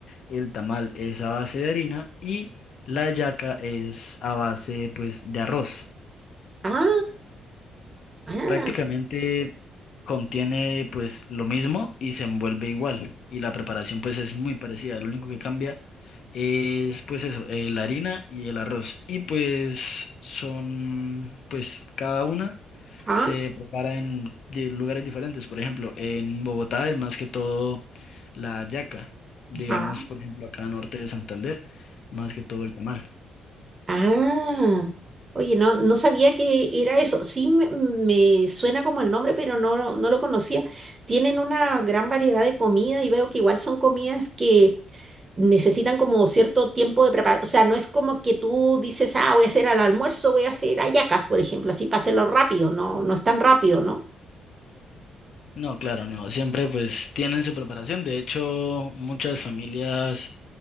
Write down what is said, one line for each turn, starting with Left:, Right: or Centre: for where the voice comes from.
Left: el tamal es a base de harina y la hallaca es a base, pues, de arroz.
Right: Ah, ah.
Left: Prácticamente contiene pues lo mismo y se envuelve igual y la preparación pues es muy parecida. Lo único que cambia es pues eso, eh, la harina y el arroz. Y pues son pues cada una
Right: Ajá,
Left: se prepara en di- lugares diferentes. Por ejemplo, en Bogotá es más que todo la yaca. Digamos,
Right: ajá.
Left: por ejemplo, acá norte de Santander, más que todo el tamal.
Right: Ah, oye, no, no sabía que era eso. Sí, me, me suena como el nombre, pero no, no lo conocía. Tienen una gran variedad de comida y veo que igual son comidas que necesitan como cierto tiempo de preparación. O sea, no es como que tú dices, ah, voy a hacer al almuerzo, voy a hacer hallacas, por ejemplo, así para hacerlo rápido. No, no es tan rápido, ¿no?
Left: No, claro, no. Siempre pues tienen su preparación. De hecho, muchas familias